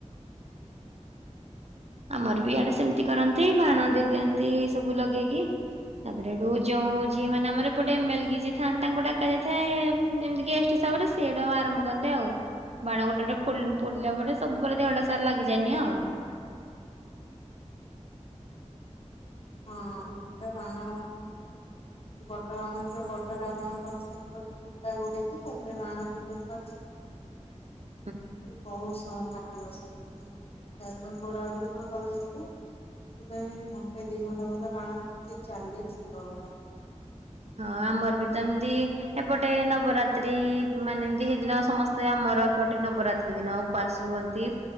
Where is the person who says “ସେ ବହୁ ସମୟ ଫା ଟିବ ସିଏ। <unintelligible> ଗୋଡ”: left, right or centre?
Left